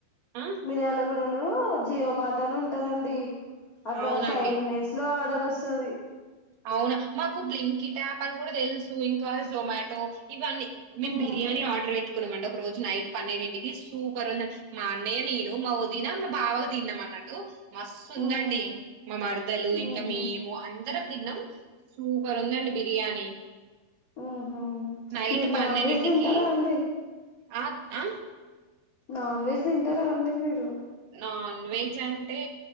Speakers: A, on the right (about 65°); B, on the left (about 30°).
A: ఆ
B: మీరు ఎలా కూడా హలో జియో మాట్ అని ఉంటదండి అక్కడ
A: అవునండి
B: ఫైవ్ మినిట్స్ లో తెలుస్తది
A: అవునా మాకు బ్లింకిట్ అప్ అని కూడా తెలుసు ఇంకా జొమటో ఇవన్నీ మేము
B: ఉమ్
A: బిర్యానీ ఆర్డర్ పెట్టుకున్నామండి ఒక రోజు నైట్ పన్నెడింటికి సూపర్ ఉంది మా అన్నయ్య నేను మా వదిన మా బావకు తిన్నాం అన్నట్టు మస్తు ఉందండి
B: ఉమ్
A: మా మరదలు
B: ఉహు
A: ఇంకా మేము అందరం సూపర్ందండి బిర్యానీ
B: ఉహ
A: నైట్
B: మీరు నాన్
A: పన్నెండింటికి
B: వెజ్ తింటారా అండి
A: ఆ ఆ
B: నాన్ వెజ్ తింటారా అండి మీరు
A: నాన్ వెజ్ అంటే